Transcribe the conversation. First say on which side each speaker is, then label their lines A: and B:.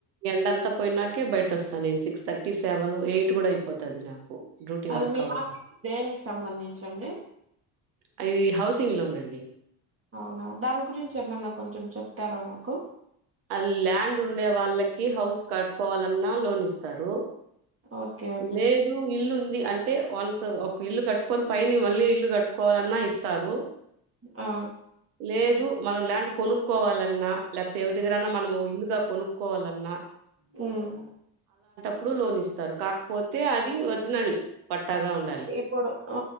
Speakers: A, on the right (about 85°); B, on the right (about 30°).
A: ఎండంత పోయినాకే బయట వస్తాను నేను సిక్స్ థర్టీ సెవెన్ ఎయిట్ కూడా అయిపోతది నాకు డ్యూటీ
B: అది
A: వర్క్
B: మీ
A: అవ్వడం.
B: ఆఫీస్ దేనికి సంబంధించండి
A: అది హౌసింగ్ లోన్ అండి
B: అవునా దాని గురించి ఏమన్నా కొంచెం చెప్తారా మాకు
A: అ ల్యాండ్ ఉండే వాళ్ళకి హౌస్ కట్టుకోవాలన్నా లోన్ ఇస్తారు
B: ఓకే అండి
A: లేదు ఇల్లుంది అంటే వన్స్ ఒక ఇల్లు కట్టుకొని పైన మళ్ళీ ఇల్లు కట్టుకోవాలన్నా ఇస్తారు
B: ఆ
A: లేదు మనం ల్యాండ్ కొనుక్కోవాలన్నా లేకపోతే ఎవరి దగ్గరన్నా మనం ఇల్లుగా కొను కోవాలన్నా
B: హ్మ్
A: ప్పుడు లోన్ ఇస్తారు కాకపోతే అది ఒరిజినల్ పట్టాగా ఉండాలి.
B: ఇప్పుడు ఆ